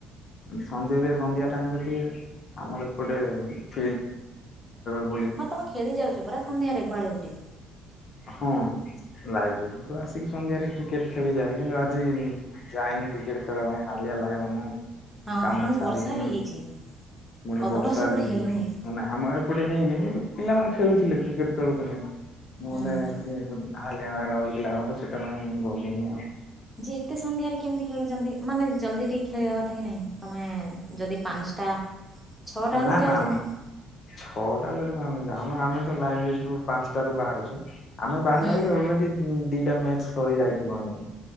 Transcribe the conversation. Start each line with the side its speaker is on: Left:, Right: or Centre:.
Left: ସନ୍ଧ୍ୟ ସନ୍ଧ୍ୟା ଟାଇମରେ ଟିକେ ଆମର ଏପଟେ ଫ ଫ
Centre: ହଁ ତମେ ଖେଳି ଯାଉଛ ପରା ସନ୍ଧ୍ୟାରେ କୁଆଡେ ଗୁଟେ
Left: ହଁ ଲାଇବ୍ରେରୀରୁ ତ ଆିକି ସନ୍ଧ୍ୟାରେ କ୍ରିକେଟ ଖେଳିଯାଏ କିନ୍ତୁ ଆଜି ଯାଏନି କ୍ରିକେଟ ଖେଳିବା ପାଇଁ ହାଲିଆ ଲାଗିଲା ନା ଆ
Centre: ହଁ
Left: କାମକୁ
Centre: ପୁଣି
Left: ସାରିକି
Centre: ବର୍ଷା ବି ହେଇଛି
Left: ପୁଣି
Centre: ଆଉ ତମର
Left: ବର୍ଷା
Centre: ସେପଟେ
Left: ବି
Centre: ହେଇନି
Left: ଆମ ଏପଟେ ହେଇନିୁ ପିଲାମାନେେ ଖେଳୁଥିଲେ କ୍ରିକେଟ ଖେଳୁଥିଲେ ନଡ
Centre: ହୁଁ ହୁଁ
Left: ଲଗ ସି ମୁ କଲିନି ଆଉ
Centre: ଯେ ଏତେ ସନ୍ଧ୍ୟାରେ କେମିତି ଖେଳୁଛନ୍ତି ମାନେ ଜଲ୍ଦି ଟିକେ ଖେଳିବା କଥା କି ନହିଁ ତମେ ଯଦି ପାଞ୍ଚଟା ଛଅଟା ବେଳକୁ
Left: ନା
Centre: ଯାଉଛ
Left: ନା
Centre: ତମେ?
Left: ଛଅଟା ବେଳେ ଆମେ ଯାଉନୁ ଆମେ ତ ଲାଇବ୍ରେରୀୁ ପାଞ୍ଚଟ ରୁ ବାହାରୁଛୁ ଆମେ ବାହାରିଲା
Centre: ହୁଁ
Left: ବେ ଅଲରେଡି ହୁଁ ଦିଟା ମ୍ୟାଚ ସରି ଯାଇଥିବନ